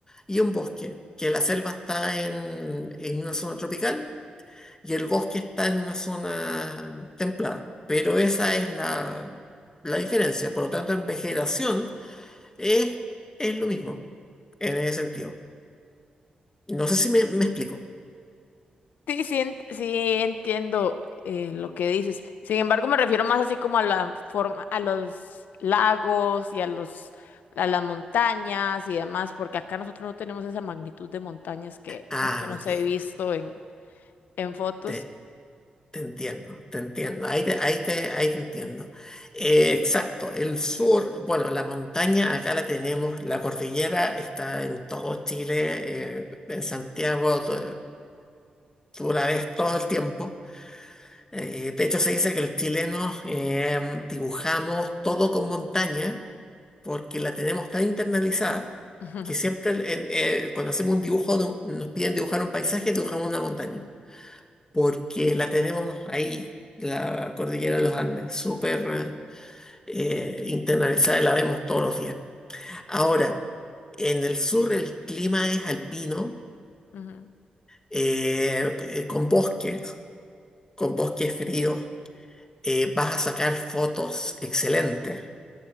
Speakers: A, on the left; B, on the left.
A: y un bosque, que la selva está en, en una zona tropical y el bosque está en una zona templada. Pero esa es la, la diferencia. Por lo tanto, en vegetación es, es lo mismo, en ese sentido. No sé si me me explico.
B: Sí, sí, ent- sí entiendo eh, lo que dices. Sin embargo, me refiero más así como a la forma, a los lagos y a los, a las montañas y demás, porque acá nosotros no tenemos esa magnitud de montañas que
A: Ah,
B: al menos
A: ok.
B: he visto en, en fotos.
A: Te, te entiendo, te entiendo. Ahí te, ahí te, ahí te entiendo. Eh, exacto. El sur, bueno, la montaña acá la tenemos. La cordillera está en todo Chile. eh, en Santiago tú, tú la ves todo el tiempo. Eh, de hecho, se dice que los chilenos eh, dibujamos todo con montaña porque la tenemos tan internalizada
B: <laughs>
A: que siempre en- eh, cuando hacemos un dibujo, de un- nos piden dibujar un paisaje, dibujamos una montaña. porque la tenemos ahí, la cordillera de los Andes, súper eh, internalizada y la vemos todos los días. Ahora, en el sur el clima es alpino,
B: Ujú.
A: eh, eh, con bosques, con bosques fríos. eh, vas a sacar fotos excelentes,